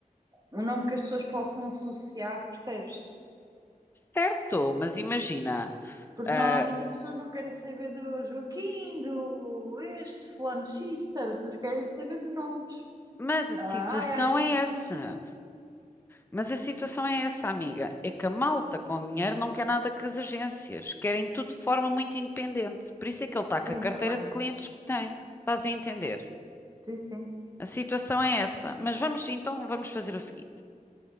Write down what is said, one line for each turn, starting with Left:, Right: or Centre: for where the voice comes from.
Right: um nome que as pessoas possam associar, percebes?
Left: Certo, mas imagina.
Right: Porque
Left: ah,
Right: normalmente as pessoas não querem saber do Joaquim, do este, fulano X, percebes? As pessoas querem saber de nomes.
Left: mas a
Right: Ah,
Left: situação
Right: ai, a agência
Left: é essa.
Right: X.
Left: Mas a situação é essa, amiga. É que a malta com dinheiro não quer nada com as agências. Querem tudo de forma muito independente. Por isso é que ele está com
Right: Sim,
Left: a carteira
Right: também.
Left: de clientes que tem. Estás a entender?
Right: Sim, sim.
Left: A situação é essa. Mas vamos, então, vamos fazer o seguinte.